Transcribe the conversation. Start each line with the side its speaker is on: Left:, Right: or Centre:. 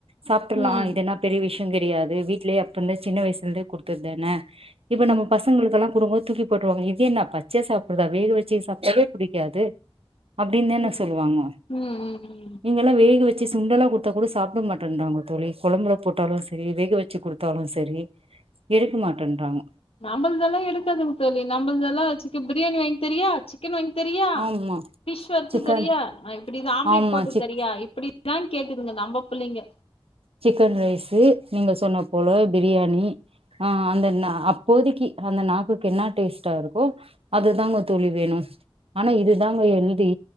Right: சாப்பிட்ருல்லா
Left: ம்
Right: இது என்ன பெரிய விஷ் யங் கிடையாது வீட்லயே அப்ப இருந்தே சின்ன வயசுலந்தே குடுத்ததுதானே இப்ப நம்மசங்களுக்கெல்லா குடுங்கபோ தூக்கி போட்டுருவாங்க இது என்ன பச்சையா சாப்பிடுறதா வேக வச்சே சாப்ட்டாவே பிடிக்காது அப்படின் தான
Left: ம்
Right: சொல்லுவாங்க
Left: ம் ம் ம்
Right: நீங்கல்லா வேக வ ச்சு சுண்டெல்லா குடுத்தா கூட சாப்பிட மாட்டேன்ன்றாங்க தோழி கொழம்புல போட்டாலு செரி வேக வச்சு குடுத்தாலு செரி எடுக்க மாட்டேன்றாங்க
Left: நம்மளுதெல்லா எடுக்காதுங் தோழி நம்மள்ங்கெல்லா சிக்கன் பிரியாணி வாங்கி தெரியா சிக்கன் வாங்கி தெரியா
Right: ஆமா
Left: பிஷ் வறுத்து
Right: சிக்கன்
Left: தெரியா இப்படி ஆம்லெட்
Right: ஆமா
Left: போட்டு
Right: சிக்
Left: தெரியா இப்படிதான் கேக்குதுங்க நம்ம பிள்ளைங்க
Right: சிக்கன் ரைஸு நீங்க சொன்ன போல பிரியாணி ஆஹ் அந்த ந அப்போதைக்கு அந்த நாக்குக்கு என்ன டேஸ்ட்டா இருக்கோ அதுதாங்க தோழி வேணு ஆனா இதுதாங்க எழுதி